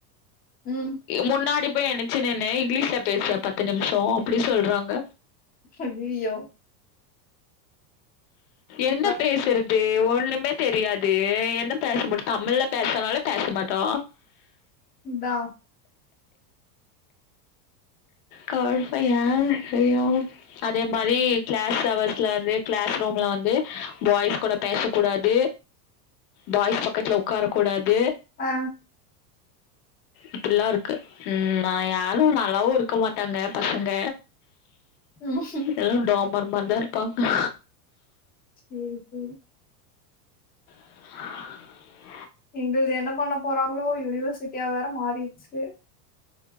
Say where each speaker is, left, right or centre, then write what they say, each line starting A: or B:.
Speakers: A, on the left; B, on the left.
A: ம்
B: முன்னாடி போய் ஏன்ச்சு நின்னே இங்கிலீஷ்ல பேசு பத்து நிமிஷோ அப்டி சொல்றாங்க
A: அய்யய்யோ சூப்பர்
B: என்ன பேசுறது அது ஒண்ணுமே தெரியாது என்ன பேச முடியு தமிழ்ல பேசனால பேச மாட்டோ
A: இந்தா
B: கா <unintelligible> அதே மாரி க்ளாஸ் ஹவர்ஸ்ல வந்து க்ளாஸ் ரூம்ல வந்து பாய்ஸ் கூட பேசக்க கூடாது பாய்ஸ் பக்கத்துல உக்கார கூடாது
A: ஆ
B: இப்படிலா இருக்கு ம் நா யாரு நல்லாவு இருக்க மாட்டாங்க பசங்க
A: ம்
B: எல்லா டோமர் மாரிதா இருப்பாங்க
A: சரி சரி
B: <inaudible>
A: இங்க இது என்ன பண்ண போகறாங்களோ யூனிவர்சிட்டியா வேற மாறிடுச்சு